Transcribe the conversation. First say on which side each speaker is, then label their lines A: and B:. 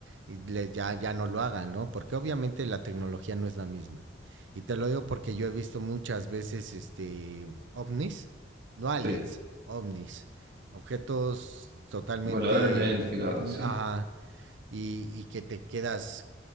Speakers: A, on the right; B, on the right.
A: y le- ya, ya no lo hagan, ¿no? Porque obviamente la tecnología no es la misma. Y te lo digo porque yo he visto muchas veces este ovnis, no aliens,
B: Sí.
A: ovnis, objetos totalmente
B: Voladores no identificados,
A: mm,
B: sí.
A: ajá, y, y que te quedas,